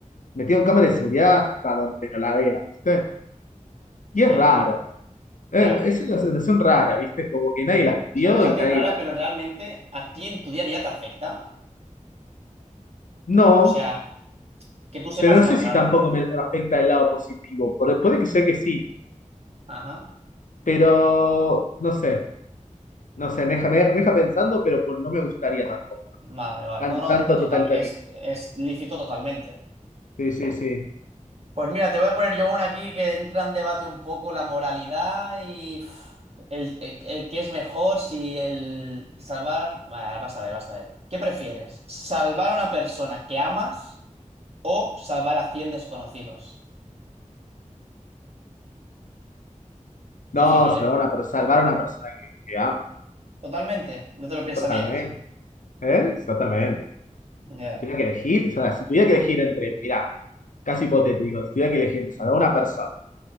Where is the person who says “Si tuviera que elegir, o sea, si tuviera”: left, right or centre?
Left